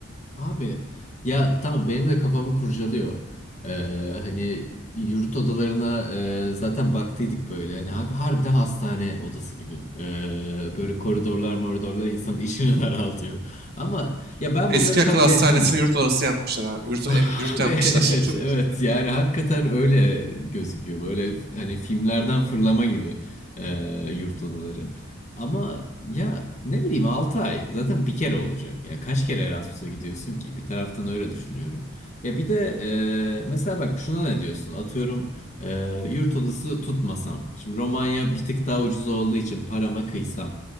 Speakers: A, on the left; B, on the right.
A: Abi ya tamam benim de kafamı kurcalıyor. Ee, hani yurt odalarına e, zaten baktıydık böyle. Hani har- harbiden hastane odası gibi. Ee, böyle koridorlar moridorlar insanın işini <laughs> daraltıyor. Ama ya ben
B: Eski
A: bunları kabul
B: akıl hastanesini
A: ettim gibi.
B: yurt odası yapmışlar abi. Yurt,
A: Abi
B: ev- yurt yapmışlar.
A: evet evet
B: <laughs>
A: yani hakikaten öyle gözüküyor böyle hani filmlerden fırlama gibi e, yurt odaları ama ya ne bileyim 6 ay zaten bir kere olacak ya kaç kere Erasmus'a gidiyorsun ki bir taraftan öyle düşünüyorum ya bir de e, mesela bak şuna ne diyorsun atıyorum e, yurt odası tutmasam şimdi Romanya bir tık daha ucuz olduğu için parama kıysam